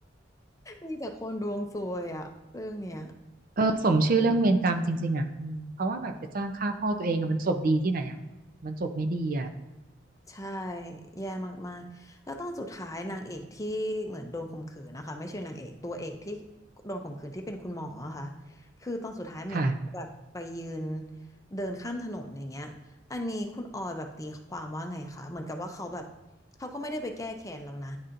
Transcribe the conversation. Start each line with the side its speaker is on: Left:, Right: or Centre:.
Left: มีแต่คนดวงซวยอ่ะเรื่องเนี้ย
Right: เออสมชื่อเรื่องเวรกรรมจริงๆอ่ะอืมเพราะว่าแบบไปจ้างฆ่าพ่อตัวเองอะมันจบดีที่ไหนอ่ะมันจบไม่ดีอ่ะ
Left: ใช่แย่มากๆแล้วตอนสุดท้ายนางเอกที่เหมือนโดนข่มขืนนะคะไม่ใช่นางเอกตัวเอกที่โดนข่มขืนที่เป็นคุณหมออะค่ะคือตอนสุดท้ายเหมือนเขาแบบไปยืน
Right: ค่ะ
Left: เดินข้ามถนนอย่างเงี้ยอันนี้คุณออยแบบตีความว่าไงคะเหมือนกับว่าเขาแบบเขาก็ไม่ได้ไปแก้แค้นแล้วนะ